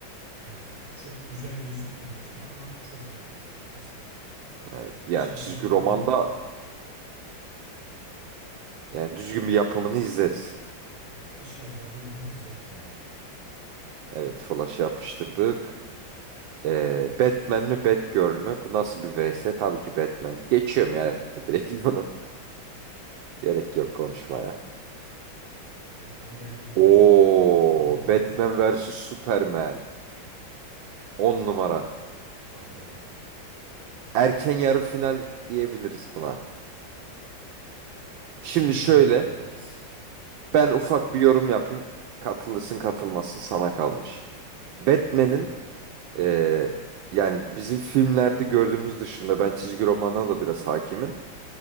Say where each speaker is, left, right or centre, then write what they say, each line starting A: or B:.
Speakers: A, on the right; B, on the right.
A: yani çok güzel gözükmüyor gözüme ama çok iyi karakter kesinlikle.
B: Ee, Yani
A: İnşallah
B: çizgi
A: bir
B: romanda
A: gün
B: Yani düzgün bir yapımını izleriz.
A: evet inşallah bir gün izleriz yani.
B: Evet, Flash'ı yapıştırdık. Ee, Batman mi Batgirl mü? Bu nasıl bir vs? Tabii ki Batman. Geçiyorum ya <laughs> direkt bunu. Gerek yok konuşmaya.
A: Batman gelmeyecek
B: Oo,
A: diye çok mutluyum. Ama olmasın
B: Batman
A: ya.
B: vs Superman. 10 numara.
A: Valla.
B: Erken yarı final diyebiliriz buna. Şimdi
A: Kesinlikle
B: şöyle,
A: diyebiliriz.
B: ben ufak bir yorum yapayım. Katılırsın
A: Hı hı.
B: katılmazsın sana kalmış. Batman'in ee, yani bizim filmlerde gördüğümüz dışında ben çizgi romana da biraz hakimim.